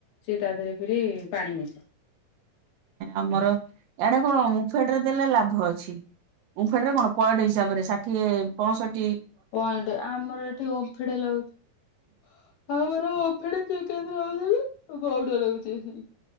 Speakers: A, on the left; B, on the right.
A: ସିଏ ତା ଦେହରେ ଫେରି ପାଣି ମିଶା
B: ଆମର ଏଇଆଡେ କଣ ଉମ୍ଫେଡରେ ଦେଲେ ଲାଭ ଅଛି ଉଫେଡ ରେ କଣ ପଏଣ୍ଟ ହିସାବରେ ଷାଠିଏ ପଅଷଠି
A: ପଏଣ୍ଟ ଆମର ଏଠି ଓମଫେଡ୍ ଲୋ ହ ଆମର ଓମଫେଡ୍ ଚେକ୍ କେନ୍ତି ନଉଛନ୍ତି ଗଉଡ଼ ନଉଛି ଆସିକି